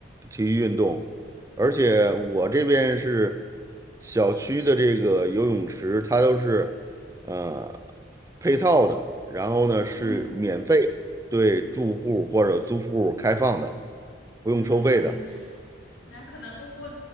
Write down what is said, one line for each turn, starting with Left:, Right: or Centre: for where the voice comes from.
Right: 体育运动。而且我这边是小区的这个游泳池，它都是呃配套的，然后呢是免费
Left: 嗯
Right: 对住户或者租户开放的，不用收费的。
Left: 嗯，那可能我我